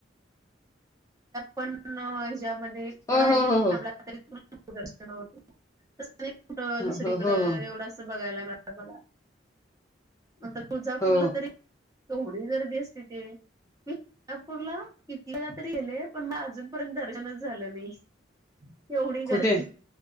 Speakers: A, on the right (about 20°); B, on the left (about 15°).
A: पण हांच्यामध्ये
B: हो
A: रांगेत
B: हो हो हो
A: थांबला तरीन हो, थेट दुसरीकड
B: हो हो
A: एवढं
B: हो
A: अस बघायला मिळा मला मग तुळजापूरला
B: हो
A: तरी तेवढी गर्दी असते. ते मी तुळजापूरला कीती वेळा तरी गेले पण मग अजूनपर्यंत दर्शनच झालं नाही. एवढी
B: कुठे
A: गर्दी